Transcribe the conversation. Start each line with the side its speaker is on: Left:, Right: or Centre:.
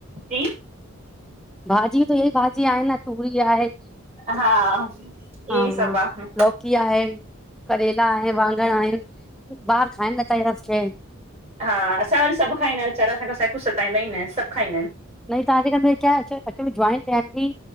Right: जी।
Centre: भाजी त ईयहि भाजी आहे न तूरी आहे
Right: हा। इहे
Centre: हा
Right: सभु
Centre: हा
Right: आहे
Centre: लौकि आहे, करेला आहे, वाङण आहिनि ॿार खाइनि न <unintelligible>
Right: हा असां वरी सभु खाईंदा आहिनि वेचारा असां असु कुझु सताईंदा ई न आहिनि सभु खाईंदा आहिनि।
Centre: न ई तव्हांजे घर में क्या एक्चुअल में जॉइंट फैमिली,